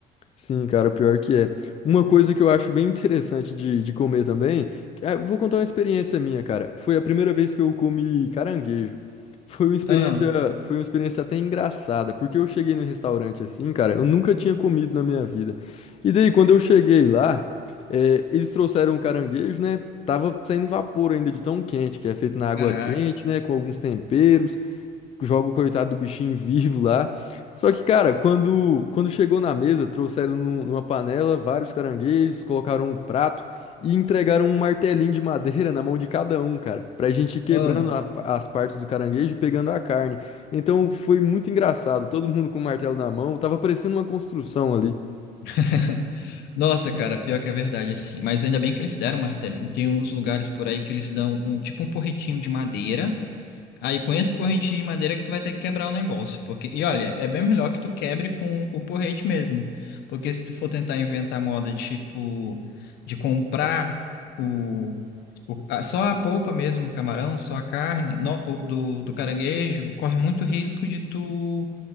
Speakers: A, on the left; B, on the left.
A: Sim, cara, pior que é. Uma coisa que eu acho bem interessante de, de comer também, que- ah, eu vou contar uma experiência minha, cara. Foi a primeira vez que eu comi caranguejo. Foi uma experiência,
B: Ah,
A: foi uma experiência até engraçada, porque eu cheguei no restaurante assim, cara, eu nunca tinha comido na minha vida. E daí, quando eu cheguei lá, eh, eles trouxeram um caranguejo, né? Tava saindo vapor ainda de tão quente, que é feito na água
B: caraca.
A: quente, né? Com alguns temperos joga o coitado do bichinho vivo lá. Só que, cara, quando, quando chegou na mesa, trouxeram num- numa panela vários caranguejos, colocaram um prato e entregaram um martelinho de madeira na mão de cada um, cara, pra gente ir quebrando
B: Ah.
A: a- as partes do caranguejo e pegando a carne. Então foi muito engraçado, todo mundo com o martelo na mão, tava parecendo uma construção ali.
B: <laughs> Nossa, cara, pior que é verdade, assim. Mas ainda bem que eles deram um martelinho. Tem uns lugares por aí que eles dão um tipo um porretinho de madeira. Aí com esse porrentinho de madeira que tu vai ter que quebrar o negócio, porque e olha, é bem melhor que tu quebre com o porrete mesmo, porque se tu for tentar inventar moda tipo de comprar o, o- a- só a polpa mesmo do camarão, só a carne no- o- do, do caranguejo, corre muito risco de tu